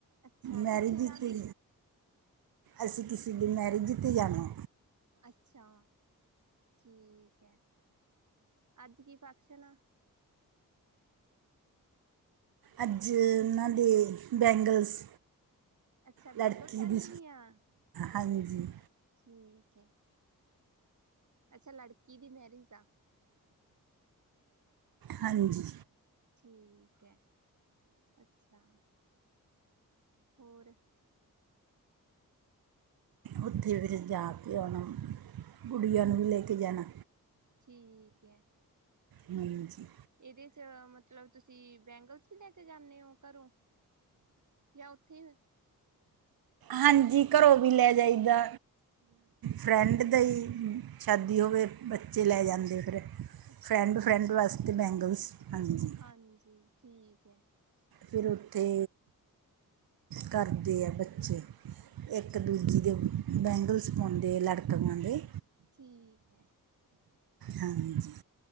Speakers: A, on the right; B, on the right.
A: ਅੱਛਾ
B: ਮੈਰਿਜ
A: ਕਿੱਥੇ ਜਾਣ
B: 'ਤੇ
A: ਲਈ
B: ਅਸੀਂ ਕਿਸੇ ਦੀ ਮੈਰਿਜ 'ਤੇ ਜਾਣੈ।
A: ਅੱਛਾ ਠੀਕ ਐ। ਅੱਜ ਕੀ ਫੰਕਸ਼ਨ ਆ।
B: ਅੱਜ ਉਹਨਾਂ ਦੇ ਬੈਂਗਲਸ
A: ਅੱਛਾ ਬੈਂਗਲ
B: ਲੜਕੀ
A: ਸੈਰਮਨੀ
B: ਦੀ
A: ਆ
B: ਹਾਂਜੀ।
A: ਠੀਕ ਐ। ਅੱਛਾ ਲੜਕੀ ਦੀ ਮੈਰਿਜ ਆ।
B: ਹਾਂਜੀ।
A: ਠੀਕ ਐ ਅੱਛਾ। ਹੋਰ
B: ਉੱਥੇ ਫਿਰ ਜਾ ਕੇ ਆਉਣਾ। ਗੁੜੀਆਂ ਨੂੰ ਵੀ ਲੈ ਕੇ ਜਾਣਾ,
A: ਠੀਕ
B: ਹਾਂਜੀ।
A: ਏਦੇ ਚ ਮ ਮਤਲਬ ਤੁਸੀਂ ਬੈਂਗਲਸ ਵੀ ਲੈ ਕੇ ਜਾਨੇ ਓ ਘਰੋਂ ਯਾਂ ਓਥੇ
B: ਹਾਂਜੀ ਘਰੋਂ ਵੀ ਲੈ ਜਾਈਦਾ ਫਰੈਂਡ ਦੇਈ ਸ਼ਾਦੀ ਹੋਵੇ ਬੱਚੇ ਲੈ ਜਾਂਦੇ ਫਿਰ।
A: ਅੱਛਾ
B: ਫਰੈਂਡ- ਫਰੈਂਡ ਵਾਸਤੇ ਬੈਂਗਲਸ, ਹਾਂਜੀ।
A: ਹਾਂਜੀ। ਠੀਕ ਐ।
B: ਫਿਰ ਉੱਥੇ ਕਰਦੇ ਆ ਬੱਚੇ ਏਕ ਦੂਜੀ ਦੀ ਬੈਂਗਲਸ ਪਾਉਂਦੇ ਆ ਲੜਕੀਆ ਦੇ,
A: ਠੀਕ ਹੈ
B: ਹਾਂਜੀ।